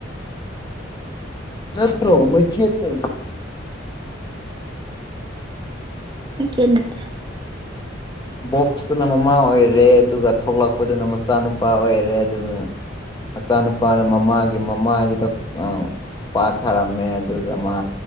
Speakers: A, on the left (about 20°); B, on the right (about 25°).
A: ꯅꯠꯇ꯭ꯔꯣ ꯃꯣꯏ ꯊ ꯅ
B: ꯃ ꯀꯦ ꯅꯠꯇꯦ
A: ꯕꯣꯛꯁꯇꯨꯅ ꯃꯃꯥ ꯑꯣꯏꯔꯦ ꯑꯗꯨꯒ ꯊꯣꯛꯂꯛꯄꯗꯨꯅ ꯃꯆꯥꯅꯨꯄꯥ ꯑꯣꯏꯔꯦ ꯑꯗꯨꯒ ꯃꯆꯥꯅꯨꯄꯥꯅ ꯃꯃꯥꯒꯤ ꯃꯃꯥꯏꯗꯨꯗ ꯑ ꯄꯥꯛ ꯊꯥꯔꯝꯃꯦ ꯑꯗꯨꯒ ꯃꯥ